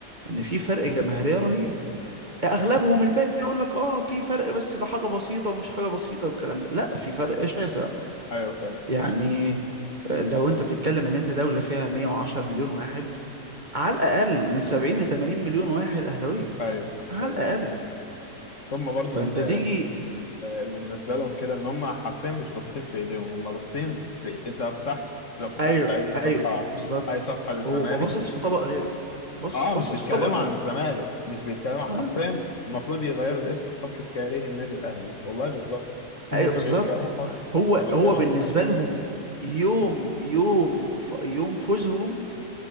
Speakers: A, on the right; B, on the left.
A: إن في فرق جماهيرية رهيب أغلبهم الباقي يقول لك آه في فرق بس ده حاجة بسيطة ومش حاجة بسيطة والكلام ده لا في فرق شاسع
B: ايوه فاهم
A: يعني آه، لو أنت بتتكلم إن أنت دولة فيها 110 مليون واحد على الأقل من 70 ل 80 مليون واحد أهلاوية
B: ايوه
A: على
B: ايوه
A: الأقل
B: مظبوط ثم برضو
A: فأنت
B: اللي,
A: تيجي
B: اللي منزلهم كده ان هم حرفيا مش باصين في ايديهم هم باصين في انت لو فتحت لو فتحت
A: ايوه
B: اي صفحه
A: ايوه بالظبط
B: اي صفحه للزمالك
A: هو باصص في طبق غيره بص
B: اه
A: باصص
B: مش بيتكلموا
A: في طبق غيره
B: عن الزمالك مش بيتكلموا عن
A: اه
B: حرفيا المفروض يغيروا الاسم صفحة كاريه النادي الاهلي والله بالظبط <laughs>
A: ايوه
B: مش
A: بالظبط
B: بيتكلموا خالص
A: هو
B: مش بيتكلموا
A: هو بالنسبه
B: عن الزمالك
A: لهم يوم يوم ف يوم فوزهم